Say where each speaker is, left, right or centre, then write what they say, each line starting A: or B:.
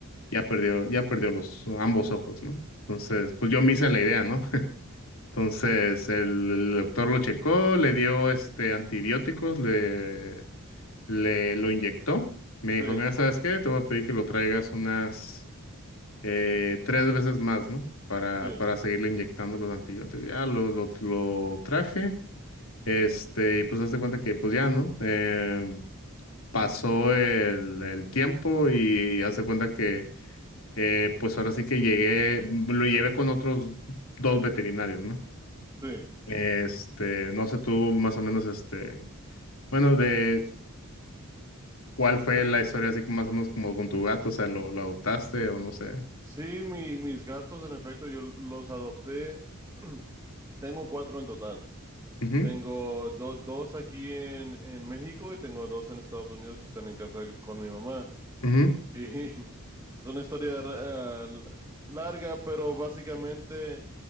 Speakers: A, on the left (about 70°); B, on the right (about 15°).
A: ya perdió, ya perdió los ambos ojos, ¿no? Entonces, pues yo me hice la idea, ¿no? <laughs> Entonces, el, el doctor lo checó, le dio este antibióticos, le, le lo inyectó. Me dijo,
B: sí, sí,
A: mira, ¿sabes qué? Te voy a pedir que lo traigas unas eh, tres veces más, ¿no? Para,
B: sí,
A: para seguirle inyectando los antibióticos. Ya lo, lo, lo traje. Este, y pues hazte cuenta que pues ya, ¿no? Eh, pasó el, el tiempo y hazte cuenta que eh, pues ahora sí que llegué, lo llevé con otros dos veterinarios, ¿no?
B: sí.
A: Este, no sé tú más o menos, este, bueno, de cuál fue la historia así como más o menos como con tu gato, o sea, lo, lo adoptaste o no sé.
B: Sí, mi, mis gatos, en efecto, yo los adopté. <clears throat> Tengo cuatro en total.
A: Ujú,
B: Tengo do- dos aquí en, en México y tengo dos en Estados Unidos que están en casa con mi mamá.
A: ujú,
B: Y <laughs> es una historia ra- eh, larga, pero básicamente